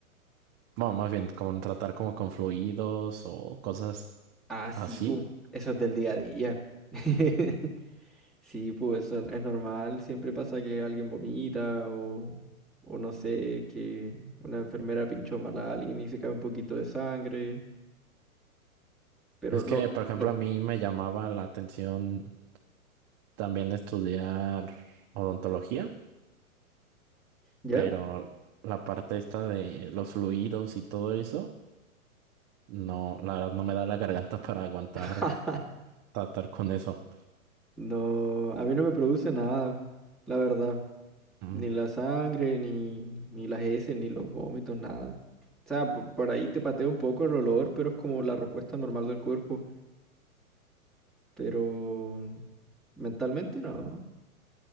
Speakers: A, on the right; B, in the centre.
A: bueno, más bien con tratar como con fluidos o cosas
B: Ah, sí,
A: así?
B: pues, eso es del día a día. <laughs> Sí, pues eso es normal, siempre pasa que alguien vomita o, o no sé, que una enfermera pinchó mal a alguien y se cae un poquito de sangre, pero
A: Es
B: lo,
A: que, por ejemplo,
B: lo,
A: a mí me llamaba la atención también estudiar odontología,
B: ¿ya?
A: pero la parte esta de los fluidos y todo eso, no, la verdad no me da la garganta <laughs> para aguantar
B: <laughs>
A: tratar con eso.
B: No, a mí no me produce nada, la verdad,
A: Mm,
B: ni la sangre, ni, ni las heces, ni los vómitos, nada. O sea, por, por ahí te patea un poco el olor, pero es como la respuesta normal del cuerpo. pero mentalmente no.